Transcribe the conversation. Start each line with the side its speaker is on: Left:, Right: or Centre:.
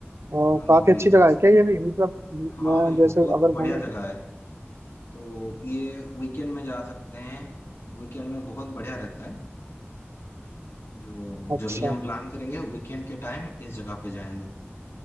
Right: और
Left: अनंतगिरी
Right: काफी अच्छी जगह
Left: हिल्स
Right: है क्या ये भी मतलब मैं
Left: हाँ भाई
Right: जैसे
Left: बहुत
Right: अगर
Left: बढ़िया
Right: घूमने
Left: जगह है तो ये वीकेंड में जा सकते हैं वीकेंड में बहुत बढ़िया रहता है जो
Right: अच्छा
Left: जब भी हम प्लान करेंगे वीकेंड के टाइम इस जगह पे जाएंगे